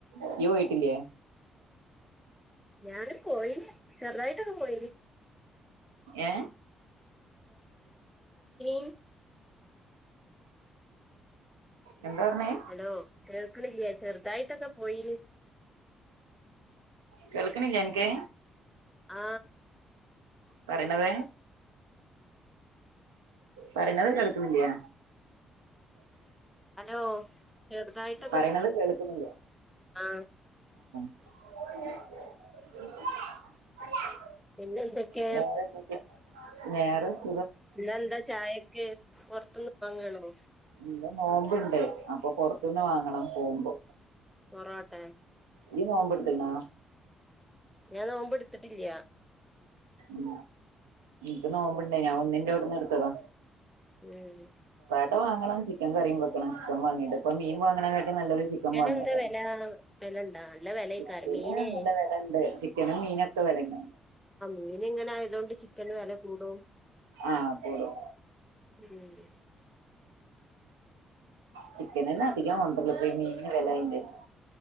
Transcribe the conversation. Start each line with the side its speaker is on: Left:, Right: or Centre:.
Right: ജ്ജ് പോയിട്ടില്ലേ
Centre: ഞാന് പോയി ചെറുതായിട്ടൊക്ക പോയിനി
Right: ഏ
Centre: ഉ
Right: എന്താ പറഞ്ഞേ
Centre: ഹലോ കേൾക്ക്‌ണില്ലേ ചെറുതായിട്ടൊക്കെ പോയിനി
Right: കേൾക്ക്‌ണില്ലേ അൻക്ക്
Centre: ആ
Right: പറിണത് പറിണത് കേൾക്ക്ണില്ലേ
Centre: ഹലോ ചെറുതായിട്ടൊക്കെ
Right: പറയണത് കേൾക്കണില്ല
Centre: ആ
Right: <inaudible>
Centre: പിന്നെ എന്തൊക്കെ
Right: വേറെ എന്തൊക്കെ വേറെ സ്
Centre: ഇന്ന് എന്താ ചായക്ക് പൊർത്ത്ന്ന് വാങ്ങാണോ
Right: ഇന്ന് നോമ്പ്ണ്ട് അപ്പൊ പൊർ പൊർത്ത്ന്ന് വാങ്ങണം പോകുമ്പോ
Centre: പൊറോട്ടെ
Right: ഇയ്യ് നോമ്പ്ടുത്ത്ക്ക്ണോ
Centre: ഞാൻ നോമ്പ് ഇട്ത്തിട്ടില്ല
Right: ഉ ൻക്ക് നോമ്പ്ണ്ട് ഞാൻ ഒന്നിന്റെ ഔട്ന്ന് എടുത്തതാ
Centre: ഉം
Right: റാട്ട വാങ്ങണം ചിക്കൻ കറിയും വെക്കണം ചിക്കൻ വാങ്ങിട്ട് മീൻ വാങ്ങ്ണ റ്റം നല്ലത് ചിക്കൻ വാങ്ങ്ണതെന്നെ
Centre: എന്താ വില വിലണ്ടാ നല്ല വിലയ്ക്കാരം
Right: ചിക്കന്
Centre: മീന്
Right: നല്ല വെലണ്ട് ചിക്കനും മീനൊക്കെ വെലണ്ട്
Centre: നി ങ്ങനെ ആയതോ <unintelligible> ചിക്കന് വെല കൂടും
Right: ആ കൂടും
Centre: ഉം
Right: ചിക്കനന്നെ അധികം കൊണ്ടർല്ല് ഇപ്പൊ ഈ മീൻ ന് വെലായേന്റെഷം